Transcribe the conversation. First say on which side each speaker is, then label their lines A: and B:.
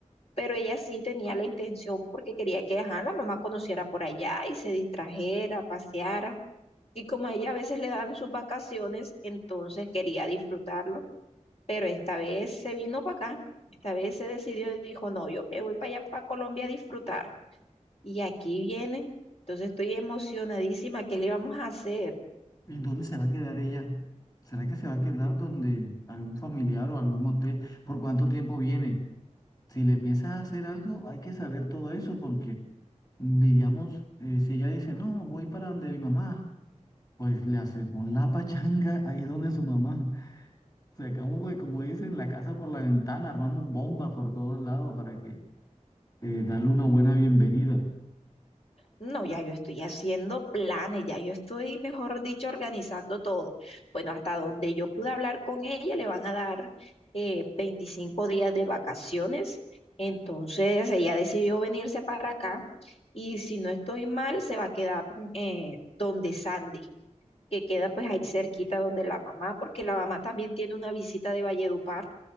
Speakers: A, on the left; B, on the left.
A: pero ella sí tenía la intención porque quería que ajá, la mamá conociera por allá y se distrajera, paseara. Y como a ella a veces le dan sus vacaciones, entonces quería disfrutarlo, pero esta vez se vino para acá, esta vez se decidió y dijo, no, yo me voy para allá, para Colombia a disfrutar. Y aquí viene, entonces estoy emocionadísima, ¿qué le vamos a hacer?
B: ¿Y dónde se va a quedar ella? ¿Será que se va a quedar donde algún familiar o algún hotel? ¿Por cuánto tiempo viene? Si le piensas a hacer algo, hay que saber todo eso porque, digamos, eh, si ella dice, no, voy para donde mi mamá, pues le hacemos la pachanga ahí donde su mamá. Sacamos, de, como dicen, la casa por la ventana, armamos bomba por todos lados para que eh, darle una buena bienvenida.
A: No, ya yo estoy haciendo planes, ya yo estoy, mejor dicho, organizando todo. Bueno, hasta donde yo pude hablar con ella, le van a dar eh, 25 días de vacaciones. Entonces, ella decidió venirse para acá y si no estoy mal, se va a quedar eh, donde Sandy, que queda pues ahí cerquita donde la mamá, porque la mamá también tiene una visita de Valledupar